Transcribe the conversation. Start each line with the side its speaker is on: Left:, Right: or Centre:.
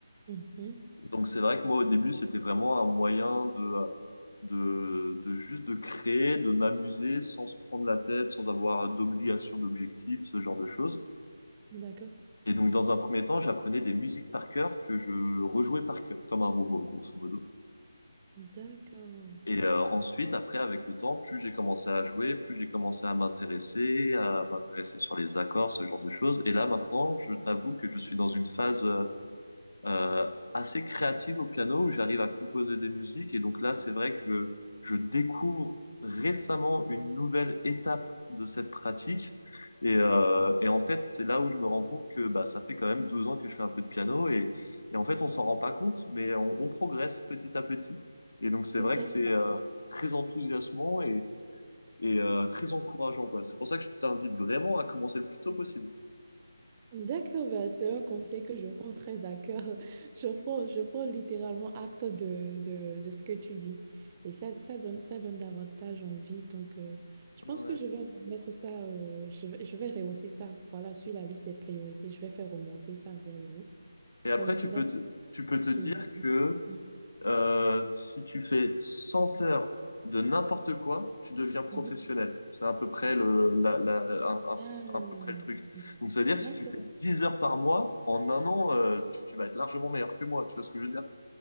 Right: Mhm.
Left: Donc, c'est vrai que moi, au début, c'était vraiment un moyen de, euh, de, de juste de créer, de m'amuser sans se prendre la tête, sans avoir d'obligation, d'objectif, ce genre de choses.
Right: D'accord.
Left: Et donc, dans un premier temps, j'apprenais des musiques par cœur que je rejouais par cœur, comme un robot, grosso modo.
Right: D'accord.
Left: Et euh, ensuite, après, avec le temps, plus j'ai commencé à jouer, plus j'ai commencé à m'intéresser, à m'intéresser sur les accords, ce genre de choses. Et là, maintenant, je t'avoue que je suis dans une phase euh, euh, assez créative au piano où j'arrive à composer des musiques. Et donc là, c'est vrai que je, je découvre récemment une nouvelle étape de cette pratique. Et, euh, et en fait, c'est là où je me rends compte que bah, ça fait quand même 12 ans que je fais un peu de piano et, et en fait, on s'en rend pas compte, mais on, on progresse petit à petit. Et donc, c'est
Right: Tout
Left: vrai que
Right: à
Left: c'est
Right: fait.
Left: euh, très enthousiasmant et, et euh, très encourageant, quoi. C'est pour ça que je t'invite vraiment à commencer le plus tôt possible.
Right: D'accord, bah, c'est un conseil que je prends très à cœur. <laughs> Je prends, je prends littéralement acte de, de, de ce que tu dis. Et ça, ça donne, ça donne davantage envie. Donc, euh, je pense
Left: Ouais.
Right: que je vais mettre ça, euh, je vais, je vais rehausser ça. Voilà, sur la liste des priorités, je vais faire remonter ça vers le haut,
Left: Et après,
Right: comme cela
Left: tu peux te, tu peux te
Right: souvent.
Left: dire que
Right: Mm,
Left: Euh, si tu fais 100 heures de n'importe quoi, tu deviens professionnel.
Right: mhm.
Left: C'est à peu près le, la, la- un, un
Right: Ah,
Left: peu, un peu près le truc. Donc, ça veut dire
Right: d'accord.
Left: si tu fais 10 heures par mois, en un an, euh, tu, tu vas être largement meilleur que moi. Tu vois ce que je veux dire?